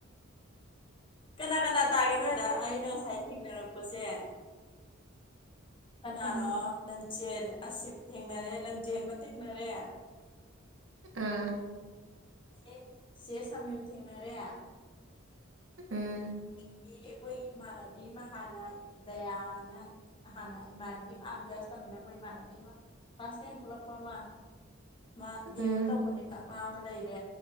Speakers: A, on the left; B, on the right.
A: ꯀꯅꯥ ꯀꯅꯥ ꯇꯥꯒꯦ ꯅꯣꯏꯗ ꯑꯩꯅ ꯉꯁꯥꯏ ꯊꯦꯡꯅꯔꯛꯄꯁꯦ ꯀꯅꯔꯣ
B: ꯎꯝ
A: ꯂꯟ ꯂꯝꯆꯦꯜ ꯑꯁꯤ ꯊꯦꯡꯅꯔꯦ ꯂꯝꯖꯦꯜꯕ ꯊꯦꯡꯅꯔꯦ
B: ꯑꯥ
A: ꯑꯩ ꯆꯦ ꯁꯃꯌꯝ ꯊꯦꯡꯅꯔꯦ
B: ꯎꯝ
A: ꯣꯏ ꯑꯩꯈ ꯏꯃꯥꯟꯅꯕꯤ ꯑꯃ ꯍꯥꯟꯅ ꯗꯌꯥꯅ ꯍꯥꯟꯅ ꯏꯃꯥꯟꯅꯕꯤ ꯑꯃ ꯑꯚ꯭ꯌꯥꯁ ꯇꯝꯃꯤꯅ ꯑꯩꯈꯣꯏ ꯄꯁꯦꯟ ꯄꯨꯂꯞꯄ ꯃ ꯃꯥ
B: ꯎꯝ
A: ꯦꯝꯗ ꯇꯧꯕꯅꯦꯕ ꯃꯥ ꯑꯃ ꯂꯩꯔꯦ